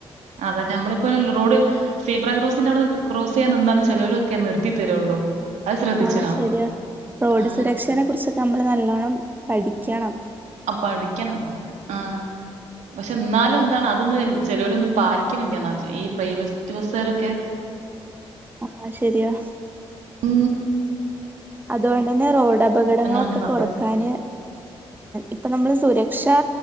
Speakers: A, on the right (about 80°); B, on the right (about 15°).
A: അതെ നമ്മളിപ്പോ റോഡ് സീബ്ര ക്രോസ്സ് ന്റെ ക്ോസ് ചെയ്യാൻ നിന്താലും ചിലവൊക്കെ നിർത്തി തരുള്ളൂ അത് ശ്രദ്ധിച്ചണോ
B: ആഹ ശരിയാ റോഡ്
A: ആ
B: സുരക്ഷനെ കുറിച്ചൊക്കെ നമ്മള് നല്ലവോണം പഠിക്ക കാണണം
A: അപ്പൊ പഠിക്കണം ആ പക്ഷെ എന്നാലും എന്താണ് അതൊന്നും ചെലവർ പാലിക്കുന്നില്ല എന്ന ഈ പ്രൈവറ്റ് ബസ്കരൊക്കെ
B: ആ ശരിയാണ്
A: ഉ
B: അതുകൊണ്ട് തന്നെ റോഡ് അപകടങ്ങളൊക്കെ
A: അങ്ങനെ സംഭവിച്ചു
B: കുറക്കാന് ഇപ്പൊ നമ്മള് സുര പക്ഷെ